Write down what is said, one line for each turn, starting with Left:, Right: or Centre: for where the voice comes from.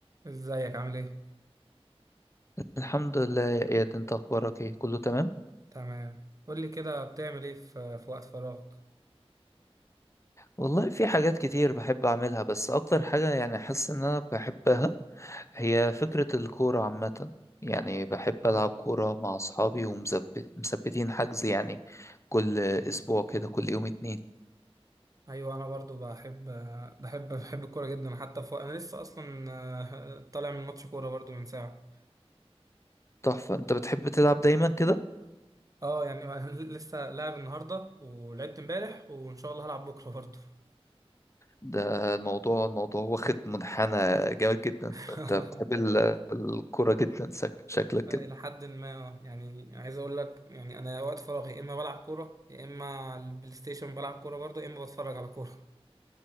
Right: ازيك عامل ايه
Left: الحمد لله يا اياد انت اخبارك ايه كله تمام
Right: تمام قول لي كده بتعمل ايه في في وقت فراغك
Left: والله في حاجات كتير بحب اعملها بس اكتر حاجة يعني حاسس ان انا بحبها هي فكرة الكورة عامة يعني بحب
Right: اه
Left: العب كورة مع اصحابي ومثبتين حجز يعني كل اسبوع كده كل يوم اتنين
Right: ايوه انا برضو بحب بحب بحب الكوره جدا حتى في انا لسه اصلا <laughs> آه، طالع من ماتش كوره برضو من ساعه
Left: تحفة انت بتحب تلعب دايما كده
Right: اه يعني <laughs> لسه لاعب النهارده ولعبت امبارح وان شاء الله هلعب بكره برضو
Left: ده الموضوع الموضوع واخد منحنى جامد جدا
Right: <laughs>
Left: انت بتحب ال- الكورة جدا شك- شكلك
Right: الى
Left: كده
Right: حد ما اه يعني عايز اقول لك يعني انا وقت فراغي يا اما بلعب كوره يا اما على البلاي ستيشن بلعب كوره برضو يا اما بتفرج على كوره